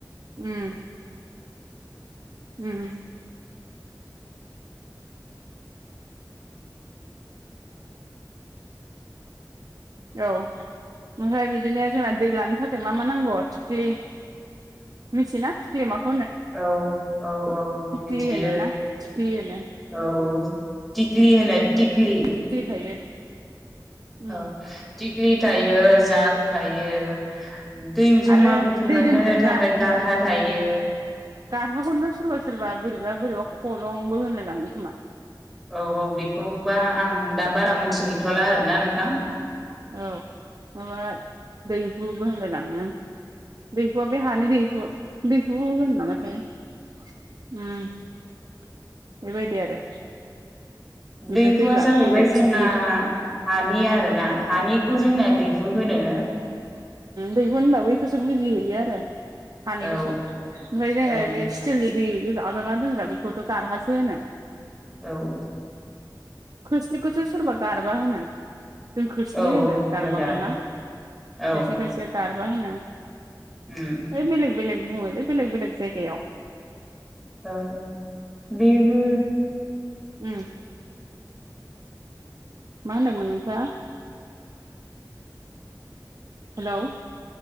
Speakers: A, on the right (about 55°); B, in the centre.
A: उम उम औ ओमफ्राय बिदिनो जोंना दै लानो थाखाय मा मा नांगौ थिकलि मिथियोना थिकलिया माखौ होनो
B: औ औ औ
A: थिख्लि
B: मिथियो
A: होनो ना थिख्लि होनो
B: औ थिकलि होनो थिकलि
A: थिखलि थायो उम
B: औ थिग्लि थायो जाग थायो दै जमा
A: आरो
B: बुथुमनानै
A: दै दोनथुमग्रा
B: होनो थाखाय गारहा थायो
A: दारहागौनो सोरबा सोरबा बोरैबा बोरैबा खलंबो होनलायलांङो खोमा
B: औ औ बेखौबा आं दा बारा मोनथिहैथ'ला आरोना नोंथां
A: औ माबा दैहुबो होनलायलाङो बिखुआ बे हानिु दिहु बेखो होनो नामाथाइ उम बेबायदि आरो ओमफ्राय
B: दैहुआ
A: दै लानो
B: जाहैबाय
A: थाखाय
B: जोंना
A: थिख्लि
B: हानि आरो ना हानिखौ जोंना दैहु होनो
A: दैहुन होनबो बेखौसो बुजिहैयो आरो हानिखौसो
B: औ
A: ओमफ्राय
B: औ
A: जोङो बे आजावना दोनग्रा बेखौथ' गारहासो होनो
B: औ
A: खोस्लिखौसो सोरबा गारबा होनो जों खोस्लि
B: औ
A: होनो
B: बुङो
A: गारबाखौ
B: दा
A: ना खायसे
B: औ
A: खायसेया गारबा होना
B: उम
A: है बेलेग बेलेग बुंङो बेलेग जायगायाव
B: औ बेबो
A: उम मा होनदोंमोन नोंथाङा हेलौ